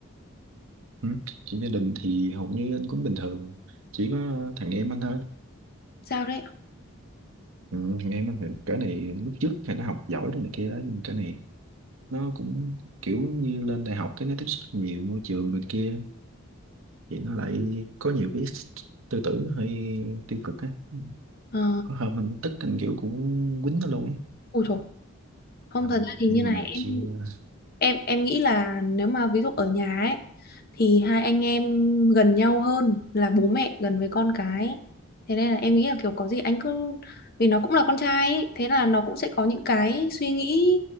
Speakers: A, on the right (about 70°); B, on the left (about 45°).
A: ừ. chuyện gia đình thì hầu như anh cũng bình thường chỉ có thằng em anh thôi
B: sao đấy
A: ừ, thằng em anh thì cái này lúc trước thì nó học giỏi rồi này kia đó nhưng cái này nó cũng kiểu như lên đại học cái nó tiếp xúc nhiều môi trường này kia thì nó lại có nhiều cái tư tưởng hơi tiêu cực á
B: ờ
A: có hôm mình tức anh kiểu cũng quýnh nó luôn ấy
B: ôi trời không
A: Ờ,
B: thật ra thì
A: nhưng
B: như này
A: mà
B: em
A: chưa
B: em em nghĩ là nếu mà ví dụ ở nhà ấy thì hai anh em gần nhau hơn là bố mẹ gần với con cái thế nên là em nghĩ là kiểu có gì anh cứ vì nó cũng là con trai ấy, thế là nó cũng sẽ có những cái suy nghĩ